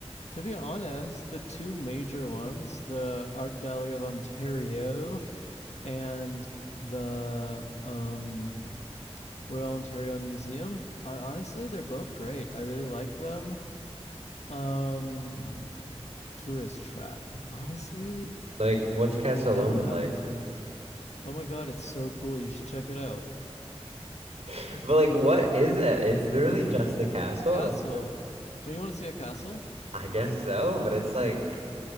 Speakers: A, on the left (about 85°); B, on the right (about 85°).
A: To be honest, the two major ones, the Art Gallery of Ontario and the um, Royal Ontario Museum, are honestly they're both great. I really like them. Um, tourist trap. Honestly,
B: Like, what's Casa Loma
A: I don't have
B: like?
A: one for you. Oh my god, it's so cool. You should check it out.
B: <laughs> But like, what is it? It's literally just the castle.
A: It's a castle.
B: That's it.
A: Don't you want to see a castle?
B: I guess so, but it's
A: <laughs>
B: like